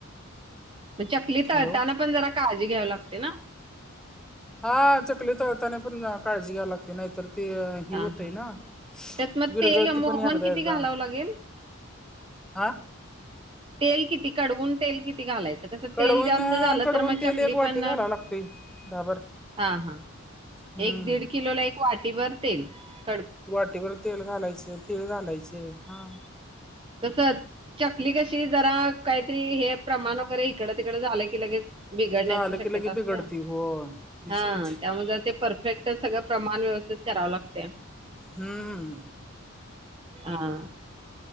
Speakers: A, on the right; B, in the centre.
A: मग चकली तळताना
B: हॅलो
A: पण जरा काळजी घ्यावी लागते ना
B: 'हा चकली तळताना पण काळजी घ्यावी लागते, ' नाहीतर ती- हे
A: हा
B: होतय
A: हा
B: ना
A: त्यात मग
B: विरघळती
A: तेल मोहन
B: पण एकदा
A: किती
B: एकदा-
A: घालावं लागेल?
B: हा-
A: तेल किती कढवून तेल किती घालायचं. - कसं
B: कडवून
A: तेल जास्त झालं
B: कडवून
A: तर मग
B: तेल
A: चकली
B: एक वाटी
A: पण
B: घालावं लागतय दहाभर
A: हा हा-
B: हम्म
A: एक दीड किलोला एक वाटीभर तेल. -
B: वाटीभर तेल घालायचं, तीळ घालायचे हा-
A: तसंच चकली कशी जरा काहीतरी हे प्रमाण वगैरे इकडं तिकडं, झालं की लगेच- बिघडण्याची
B: झालं
A: शक्यता
B: की लगे
A: असत्या
B: बिघडती हो तेच
A: हा
B: की
A: त्यामुळं जरा ते- परफेक्ट सगळं प्रमाण व्यवस्थित करावं लागत्या.
B: हुं
A: हा हा